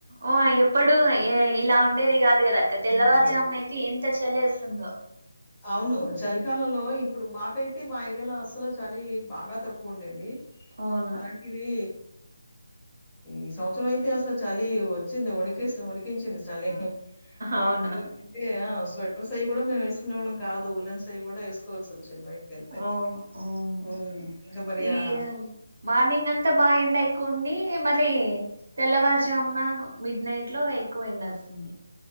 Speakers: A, on the right; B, on the left.
A: ఓ ఎప్పుడు ఇలా ఉండేది కాదు కదా అక్క తెల్లవారుజామున
B: హ్మ్. హ్మ్.
A: అయితే ఎంత చలేస్తుందో
B: అవును. చలికాలంలో ఇప్పుడు మాకైతే మా ఏరియాలో అసలు చలీ బాగా తక్కువ ఉండేది
A: అవును
B: అలాంటిది ఈ సంవత్సరం అయితే అసలు చలి వచ్చింది వణికిస్ వనికించింది చలీ బయటకి
A: అవును
B: ఎల్తే ఆ స్వెటర్స్ అయి గుడా మేము వేసుకునేవాలం కాదు ఉన్నంసేపు గుడా వేసుకోవల్సి బయటికెళ్తే
A: అవును ఉమ్.
B: హుమ్ ఇంకా మరి
A: ఈ
B: ఆ
A: మార్నింగ్ అంతా బాగా ఎండ ఎక్కువ ఉంది మళ్ళీ తెల్లవారుజామున మిడ్ నైట్ లో ఎక్కువ ఎండస్తుంది